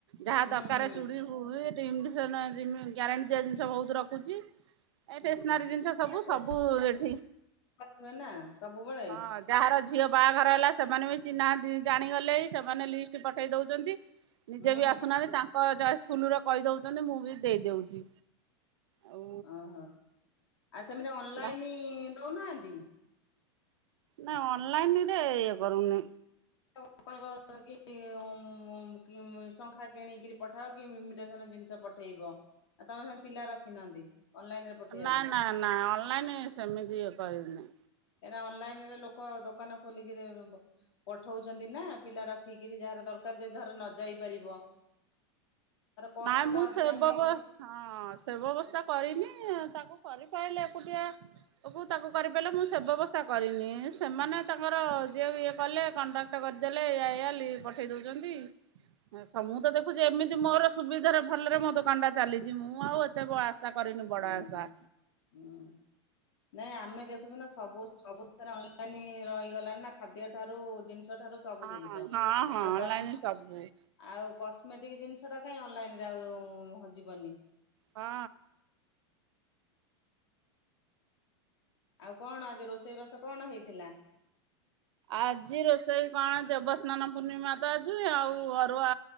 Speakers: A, on the right; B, on the left.
A: ଯାହା
B: ହୁଁ
A: ଦରକାର
B: ହୁଁ
A: ଚୁଡ଼ି, ପୁଡ଼ି ଏମିଟେସନ ଗ୍ୟାରେଣ୍ଟି ଦିଆ ଜିନିଷ ବହୁତ, ରଖୁଛି। ଏ ଷ୍ଟେସନାରୀ
B: ହୁଁ
A: ଜିନିଷ ସବୁ। ସବୁ ଏଠି
B: ହୁଏ ନା ସବୁବେଳେ
A: ହଁ ଯାହାର ଝିଅ ବାହାଘର ହେଲା ସେମାନେ ବି ଚିହ୍ନା ନାହାନ୍ତି, ଜାଣିଗଲେ ସେମାନେ ଲିଷ୍ଟ ପଠେଇ ଦଉଛନ୍ତି। ନିଜେ
B: ହୁଁ
A: ବି ଆସୁନାହାନ୍ତି ତାଙ୍କ ଚଏସ ଫୁଲରେ କହିଦଉଛନ୍ତି, ମୁଁ ବି ଦେଇଦଉଛି। ଆଉ
B: ଆ ହାଁ। ଆଉ ସେମିତି ଅନଲାଇନ
A: ବା
B: ଦଉନାହାନ୍ତି?
A: ନା ଅନଲାଇନ୍ ରେ ଇଏ କରୁନି।
B: ଆପଣ କହିବେକି, ହୁଁ ମୁଁ ଶଙ୍ଖା କିଣିକରି ପଠାଅ କି ଇମିଟେସନ ଜିନିଷ ପ ପଠେଇବ ଆଉ ତମେ ସେ ପିଲା ରଖିନାହାନ୍ତି। ଅନଲାଇନ ରେ ପଠେଇବାକୁ
A: ନା ନା ନା। ଅନଲାଇନ୍ ସେମିତି ଇଏ କରିବିନି।
B: ଏରା ଅନଲାଇନ୍ ରେ ଲୋକ ଦୋକାନ ଖୋଲି ଯିଏ, ପଠଉଛନ୍ତି ନା ପିଲା ରଖିକିରି ଯେ ଯାହାର ଦରକାର ଯେ ଧର ନ ଯାଇ ପାରିବ। <inaudible> କଷ୍ଟ
A: ନାଇଁ ମୁଁ
B: ଟା ଅଧିକା
A: ସେ ଵ୍ୟବ-ସେ
B: ନେଇକିରି
A: ବ୍ୟବସ୍ଥା କରିନି ତାକୁ କରିପାରିଲେ ଏକୁଟି, ଆକୁ ତାକୁ କରିପାରିଲେ ମୁଁ ସେ ବ୍ୟବସ୍ଥା କରିନି। ଇଁ, ସେମାନେ
B: ହୁଁ
A: ତାଙ୍କର ଯିଏ ଇଏ କଲେ କଣ୍ଡକ କରିଦେଲେ ଏୟା ଏୟା ଲି-ପଠେଇଦଉଛନ୍ତି। ସ ମୁଁ ତ ଦେଖୁଛି ଏମିତି ମୋର ସୁବିଧାରେ ଭଲରେ ମୋ ଦୋକାନ ଟା ଚାଲିଛି। ମୁଁ ଆଉ ଏତେ ବ ଚେଷ୍ଟା କରେନି
B: ହୁଁ
A: ବଡ ଆସା।
B: ହୁଁ। ନାଇଁ ଆମେ ଦେଖୁଛୁ ନା ସବୁ- ସବୁଥିରେ ଅନଲାଇନ୍ ରହିଗଲାଣି ନା, ଖାଦ୍ୟ ଠାରୁ ଜିନିଷ ଛୋଟ ସବୁ
A: ହଁ
B: ଜିନିଷ।
A: ହଁ ହଁ
B: ଆଉ
A: ଅନଲାଇନ
B: କସମେ-ଆଉ
A: ସବୁ
B: କସମେଟିକି ଜିନିଷ ସେଟା କାଇଁ ଅନଲାଇନ୍ ଆଉ ଯିବନି?
A: ହଁ।
B: ଆଉ କଣ? ଆଜି ରୋଷେଇ ବାସ କଣ ହେଇଥିଲା?
A: ଆଜି ରୋଷେଇ କଣ? ଦେଵସ୍ନାନପୂର୍ଣ୍ଣିମା ତ ଆଜି, ଆଉ ଅରୁଆ